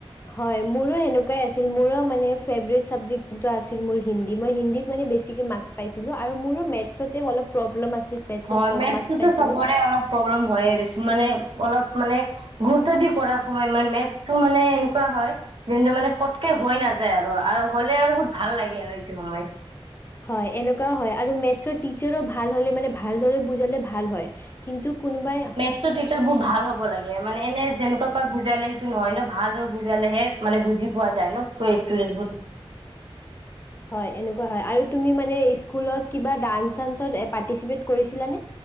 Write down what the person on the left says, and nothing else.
হয়, মোৰো এনেকুৱাই আছিল মোৰো মানে ফেভৰেট চাবজেক্ট আছিল মোৰ হিন্দী, মই হিন্দীত মানে বেছ চিকে মাৰ্কচ পাইছিলোঁ, আৰু মোৰো মেথছতে অলপ প্ৰব্লেম আছিল। মেথছত
কম
মাৰ্কচ পাইছিলোঁ
হয়, এনেকুৱাও হয়, আৰু মেথছৰ টিচাৰো ভাল হ'লে মানে ভালদৰে বুজালে ভাল হয়, কিন্তু কোনোবাই।
হয়, এনেকুৱা হয়, আৰু তুমি মানে ইস্কুলত কিবা ডান্স, চান্সত এই পাৰ্টিচিপেট কৰিছিলানে?